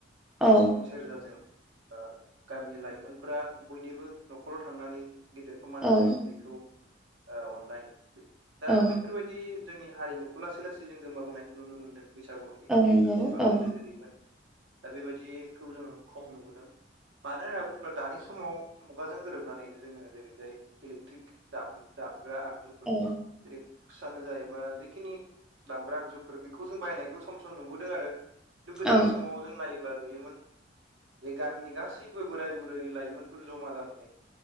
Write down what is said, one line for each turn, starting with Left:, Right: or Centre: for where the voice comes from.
Centre: औ
Right: सिफुं सेरजाजों आ गामिनि लाइमोनफोरा बयनिबो न'खराव थांनानै गेदेरखौ मान
Centre: औ
Right: होनाय उन्दैखौ ओ अननाय दा
Centre: औ
Right: बैफोरबायदि बिदि जोंनि हारिमुखौ लासै लासै जों गोमाबोनायखौ नुनो मोनदों बैसागुआवनि नि
Centre: औ
Right: सोमोन्दै
Centre: नंगौ
Right: एसेबां
Centre: औ
Right: गोदो जेरैमोन दा बेबायदिखौ जोङो खम नुबोदों मानो होनना बुङोब्ला दानि समाव मुगाजों गोरोबनानै जोङो जेरैजाय इलेक्ट्रिक दाम दामग्रा आगजुग
Centre: ए
Right: जेरै फुसानो जायोबा जखिनि दामग्रा आगजुफोर बेखौ जों बाहायनायखौ सम सम नुबोदों आरो गोदोनि
Centre: औ
Right: समाव जों नायोब्ला नुयोमोन बे गामिनि गासै जेबो बोराय बुरै लाइमोनफोर जमा जानानै